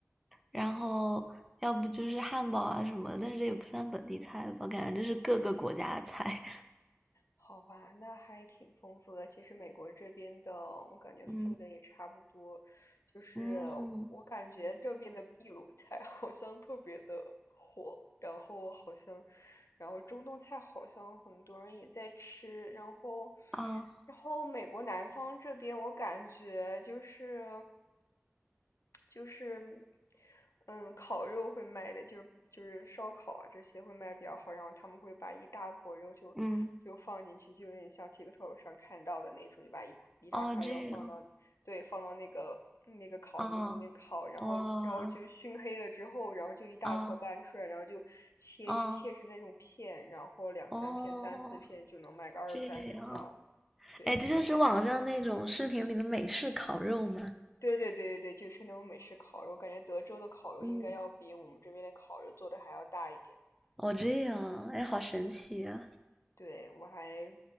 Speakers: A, in the centre; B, on the left.
A: 然后要不就是汉堡啊什么的但是这也不算本地菜吧，感觉就是各个国家的菜。
B: 好吧，那还挺丰富的。其实美国这边的，我感觉富的也差不多，
A: <laughs> 嗯
B: 就是我感觉这边的秘鲁菜
A: 嗯
B: <laughs> 好像特别的火，然后好像，然后中东菜好像很多人也在吃，然后，
A: 啊
B: 然后美国南方这边我感觉就是。就是嗯，烤肉会卖的，就是就是烧烤啊这些会卖比较好，然后他们会把一大坨肉就就放进去，
A: 嗯
B: 就有点像 TikTok 上看到的那种，就把一块一大块肉放到，
A: 哦这样
B: 对，放到那个那个烤炉子里面烤，
A: 啊
B: 然后然后就熏黑了之后，
A: 哇
B: 然后就一大坨搬出来，
A: 啊
B: 然后就切就切成那种片，
A: 啊
B: 然后两三片、
A: 哦
B: 三四片就能卖个二三十刀，
A: 这样，
B: 对。
A: 哎，这就是网上那种视频里的美式烤肉吗？
B: 对对对对对，就是那种美式烤肉，我感觉德州的烤肉应该要比我们这边的烤肉做的还要大一点。
A: 嗯，哦，这样，哎，好神奇啊！
B: 对，我还，